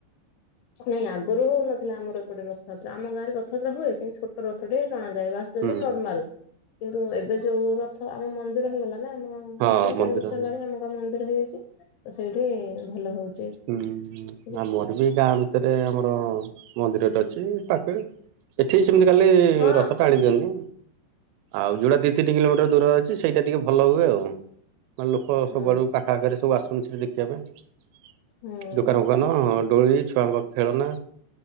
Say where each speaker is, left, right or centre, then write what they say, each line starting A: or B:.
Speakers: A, on the left; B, on the right.
A: ନାଇଁ ଆଗରୁ ହଉନଥିଲା ଆମର ଏପଟେ ରଥଯାତ୍ରା ଆମ ଗାଁ ରେ ରଥଯାତ୍ରା ହୁଏ କିନ୍ତୁ ଛୋଟ ରଥ ଟେ ଟଣାଯାଏ ବାସୁଛନ୍ତି
B: ହୁଁ
A: ନର୍ମାଲ କିନ୍ତୁ ଏବେ ଯୋଉ ରଥ ଆମ ମନ୍ଦିର ହେଇଗଲା। ହେ ଆମ
B: ହଁ
A: ତିନି
B: ମନ୍ଦିର
A: ଚାରି ବର୍ଷ
B: ହୁଁ
A: ହେଲାଣି ଆମ ମନ୍ଦିର ହେଇଯାଇଛି ତ ସେଇଠି ଭଲ ହଉଛି।
B: ହୁଁ
A: ଏବେ
B: ଆମୋର ବି ଗାଁ ଭିତରେ ଆମର ମନ୍ଦିରରେ ଅଛି ପାଖରେ। ଏଠି ସେମିତି କାଲି
A: ହଁ
B: ରଥ ଟା ଆଣି ଦିଅନ୍ତି। ଆଉ ଯୋଉଟା ଦି ତିନି କିଲୋମିଟର ଦୂର ଅଛି ସେଇଟା ଟିକେ ଭଲ ହୁଏ ଆଉ। ମାନେ ଲୋକ
A: ହଁ
B: ସବୁଆଡୁ ପାଖ ପାଖରେ ସବୁ ଆସୁନ ସେଠି ଦେଖିବା ପାଇଁ
A: ହଁ।
B: ଦୋକାନ ଫୋକାନ ଅଁ ଦୋଳି ଛୁଆଙ୍କ ଖେଳନା